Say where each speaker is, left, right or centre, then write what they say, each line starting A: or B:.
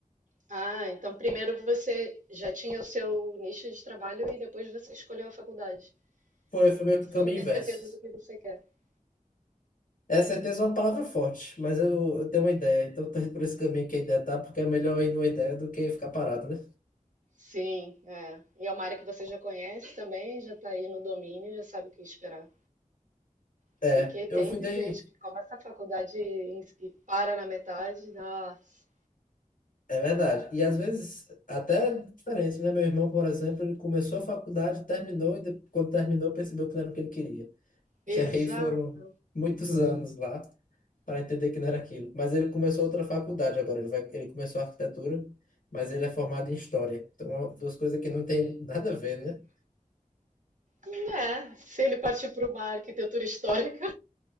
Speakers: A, on the right; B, on the left.
A: Ah, então primeiro você já tinha o seu nicho de trabalho e depois você escolheu a faculdade.
B: Foi, foi meio
A: Você
B: que o caminho
A: já tem
B: inverso.
A: certeza do que você quer.
B: É certeza é uma palavra forte, mas eu, eu tenho uma ideia, então eu tô indo por esse caminho que a ideia tá, porque é melhor ir numa ideia do que ficar parado, né?
A: Sim, é. E é uma área que você já conhece também, já está aí no domínio, já sabe o que esperar. Porque
B: É,
A: o que tem
B: eu findei,
A: de gente que começa a faculdade e e para na metade, nossa,
B: é verdade. E às vezes até é diferente, né? Meu irmão, por exemplo, ele começou a faculdade, terminou, e de- quando terminou percebeu que não era o que ele queria.
A: exato.
B: E aí foram muitos anos lá. para entender que não era aquilo. Mas ele começou outra faculdade agora, ele vai, ele começou arquitetura, mas ele é formado em história. Então, duas coisas que não tem nada a ver, né?
A: É, se ele partir para uma arquitetura histórica